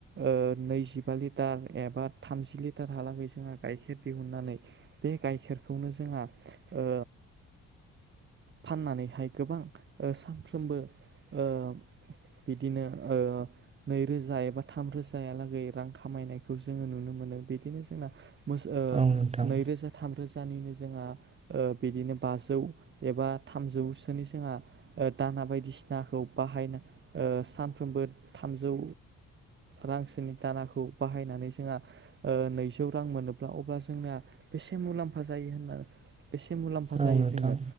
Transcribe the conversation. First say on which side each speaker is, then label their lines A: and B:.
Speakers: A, on the right; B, on the right.
A: ओ नैजिबा लिटार एबा थामजि लिटार हालाम जोंहा गाइखेर दिहुननानै बे गाइखेरखौनो जोंहा ओ फाननानैहाय गोबां ओ सानफ्रोमबो ओ बिदिनो ओ नैरोजा एबा थाम रोजालागै रां खामायनायखौ जोङो नुनो मोनो बिदिनो जोंना मोस ओ
B: औ नोंथां
A: नैरोजा थाम रोजानिनो जोंहा ओ बिदिनो बाजौ एबा थामौसोनि जोंहा ओ दाना बायदिसिना सिनाखौ बाहायनाय ओ सा फ्रोमबो थामजौ रांसोनि दानाखौ बाहायनानै जोंहा ओ नै जौ रां मोनोब्ला अब्ला जोंनिया बेसे मुलाम्फा जायो होनना एसे मुलाम्फा जायो
B: औ नोंथां
A: जोङो